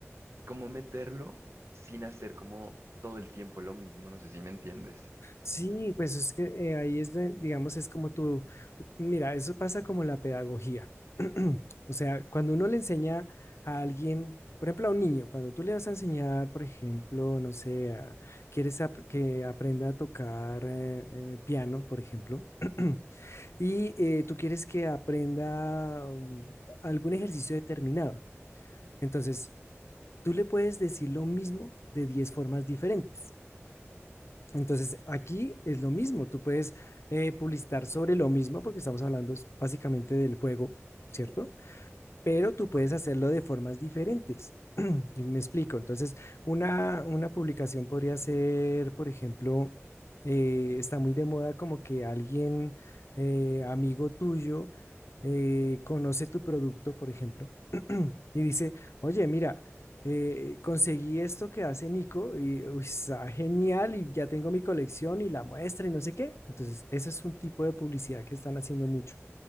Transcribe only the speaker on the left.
Sí, pues es que eh, ahí es, de- digamos, es como tú, mira, eso pasa como la pedagogía. <clears throat> O sea, cuando uno le enseña a alguien, por ejemplo, a un niño, cuando tú le vas a enseñar, por ejemplo, no sé, a- quieres ap- que aprenda a tocar eh, eh, piano, por ejemplo, <clears throat> y eh, tú quieres que aprenda um, algún ejercicio determinado. Entonces, tú le puedes decir lo mismo de 10 formas diferentes. Entonces, aquí es lo mismo, tú puedes eh, publicitar sobre lo mismo porque estamos hablando es- básicamente del juego, ¿cierto? pero tú
puedes hacerlo de formas diferentes. <clears throat> Y Me explico. Entonces, una, una publicación podría ser, por ejemplo, eh, está muy de moda como que alguien, eh, amigo tuyo, eh, conoce tu producto, por ejemplo, <clears throat> y dice, oye, mira, eh, conseguí esto que hace Nico y uy, está genial y ya tengo mi colección y la muestra y no sé qué. Entonces, ese es un tipo de publicidad que están haciendo mucho